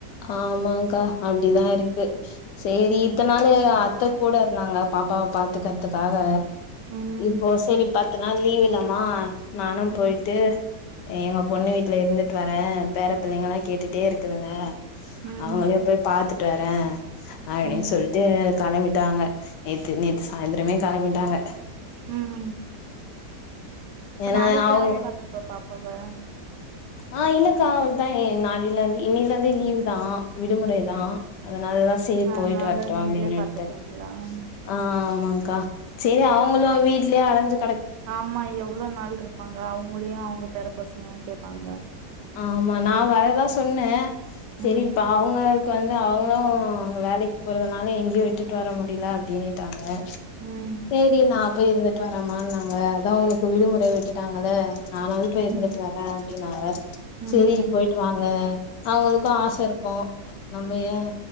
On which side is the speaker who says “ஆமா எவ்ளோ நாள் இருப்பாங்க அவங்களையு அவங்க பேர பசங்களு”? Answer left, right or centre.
Right